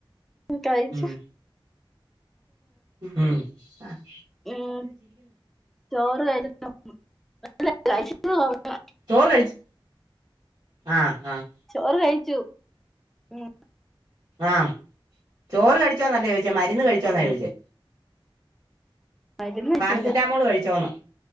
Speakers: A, in the centre; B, on the right.
A: കഴിച്ചു
B: ഉം ഉം ആഹ്
A: ഉം ചോറ് കയ്യില് <unintelligible> <unintelligible>
B: ചോറ് കഴിച്ച് ആഹ് ആഹ്
A: ചോറ് കഴി ച്ചു ഉം
B: ആഹ് ചോറ് കഴിച്ചോനല്ലേ ചോയ്ച് മരുന്ന് കഴിച്ചോന്നാ
A: ഓ
B: ചോയ്ച്ചേ
A: മരുന്ന് വെച്ചില്ല
B: പാരസെറ്റാമോള് കഴിച്ചോന്ന്